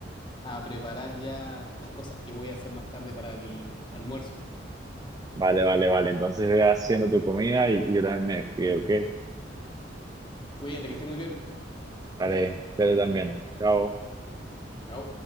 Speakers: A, on the left (about 25°); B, on the right (about 20°).
A: a preparar ya las cosas que voy a hacer más tarde para mi almuerzo.
B: Vale, vale, vale. Entonces ve haciendo tu comida y, y yo también me despido, ¿ok?
A: Cuídate, que esté muy bien.
B: Vale, ustedes también. Chao.
A: Chao.